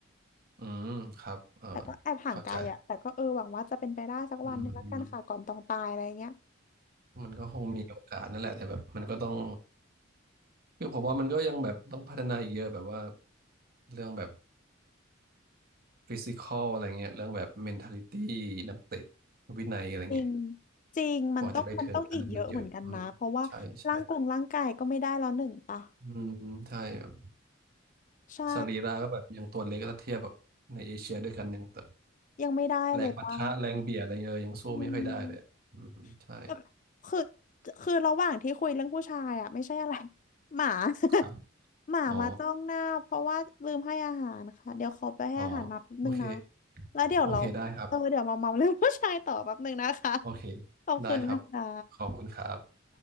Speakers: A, on the right; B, on the left.
A: อืมครับเออ
B: แต่ก็แอบห่างไกลอะแต่ก็เออหวังว่าจะเป็นไปได้สักวันหนึ่งแล้วกันค่ะก่อนต้องตายอะไรเงี้ย
A: เข้าใจอืมอืมมันก็คงมีโอกาสนั่นแหละแต่แบบมันก็ต้อง คือผมว่ามันก็ยังแบบต้องพัฒนาอีกเยอะแบบว่าเรื่องแบบฟิสิคอลอะไรเงี้ยเรื่องแบบเมนท a ลิตี้นักเตะวินัยอะไรเงี้ย
B: จริงจริงมันต้องมันต้องอีกเยอะเหมือนกันนะเพราะว่าร่างกงร่างกายก็ไม่ได้แล้วหนึ่งปะ
A: กว่าจะไปถึงอันนั้นมันเยอะอืมใช่ใช่อืมใช่แบบ
B: ใช่
A: สรีระก็แบบยังตัวเล็กถ้าเทียบแบบในเอเชียด้วยกันยังแบบ
B: ยังไม่ได้เลยปะ
A: แรงปะทะแรงเบียดอะไรเงี้ยเออยังสู้ไม่ค่อยได้เลยอืมใช่
B: อืมแบบคือคือระหว่างที่คุยเรื่องผู้ชายอ่ะไม่ใช่อะไรหมา
A: ครับ
B: <laughs> หมามาจ้องหน้าเพราะว่าลืมให้อาหารนะคะเดี๋ยวขอไปให้อาหารหมาแป๊บนึงนะ
A: อ๋ออ๋อโอเค
B: แล้วเดี๋ยวเราเออเดี๋ยวมาเมาเรื่อง
A: โอเคได้ครับ
B: <laughs> ผู้ชายต่อแป๊บนึงนะคะ
A: โอเค
B: ขอบคุณนะคะ
A: ได้ครับขอบคุณครับ